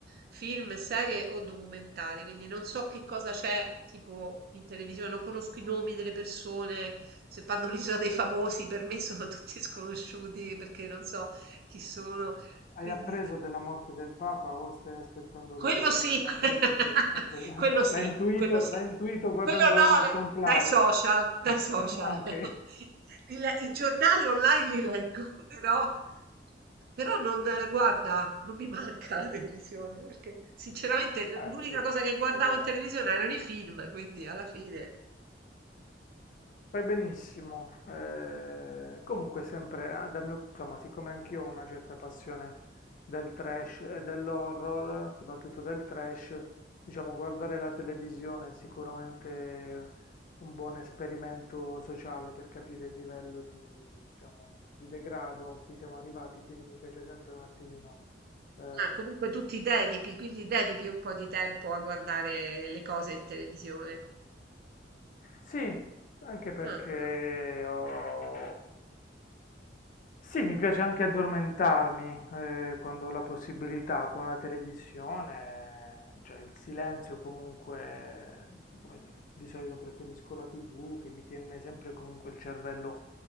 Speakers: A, on the right; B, on the left.
A: film, serie o documentari, quindi non so che cosa c'è tipo in televisione, non conosco i nomi delle persone, se fanno <laughs> l'isola dei famosi per me sono tutti sconosciuti perché non so chi sono,
B: Hai
A: quindi
B: appreso della morte del Papa o stai aspettando
A: quello
B: che te lo
A: sì,
B: dicano
A: <laughs>
B: tramite un film? Ok,
A: que
B: <laughs>
A: quello sì,
B: l'hai intuito,
A: quello sì.
B: l'hai intuito guardando
A: Quello no, l
B: Conclave.
A: dai social, dai
B: <laughs>
A: social.
B: Ah, ok.
A: <laughs> Li le i giornali online li leggo, <laughs> però però non eh, guarda, non mi manca la televisione, perché sinceramente l
B: Eh
A: l'unica
B: sì,
A: cosa che guardavo
B: va bene.
A: in televisione erano i film, quindi alla fine
B: Fai benissimo. eh, comunque sempre, ah, dal mio, insomma, siccome anch'io ho una certa passione del trash e dell'horror, soprattutto del trash, diciamo guardare la televisione è sicuramente un buon esperimento sociale per capire il livello di, diciamo, di degrado a cui siamo arrivati, quindi mi piace sempre un attimino eh,
A: ah, comunque tu ti dedichi, quindi dedichi un po' di tempo a guardare le cose in televisione.
B: Sì, anche perché
A: Ah, ah.
B: ho... Sì, mi piace anche addormentarmi eh, quando ho la possibilità con la televisione, cioè il silenzio comunque, come dire, di solito preferisco la TV che mi tiene sempre comunque il cervello